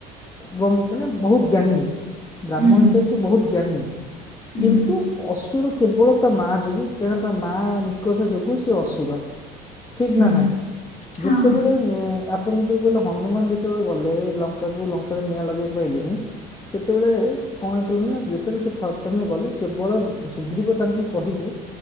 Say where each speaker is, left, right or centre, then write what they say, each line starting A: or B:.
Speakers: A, on the left; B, on the left.
A: ବ୍ର ମାନେ ବହୁତ ଜ୍ଞାନୀ ବ୍ରାହ୍ମଣ
B: ହୁଁ
A: ସେ ସେ ବହୁତ ଜ୍ଞାନୀ
B: ହୁଁ
A: କିନ୍ତୁ ଅସୁର କେବଳ ତା ମାଆ ଯୋଗୁଁ କାହିଁକନା ତା ମାଆ ନିକଷ ଯୋଗୁଁ ସେ ଅସୁର। ଠିକ
B: ହୁଁ
A: ନା ନାଇଁ
B: ହଁ
A: ଯେତେବେଳେ ନେ ଆପ ଆପଣ ଯେତେବେଳେ ହନୁମାନ ଯେତେବେଳେ ଗଲେ ଲଙ୍କାକୁ ଲଙ୍କାରେ ନିଆଁ ଲଗେଇ ପାଇଲେନି। ସେତେବେଳେ କଣ ହେଇଥିଲା ନା ଯେତେବେଳେ ସେ ପ୍ରଥମେ ଗଲେ କେବଳ ସୁଗ୍ରୀବ ତାଙ୍କୁ କହିଲେ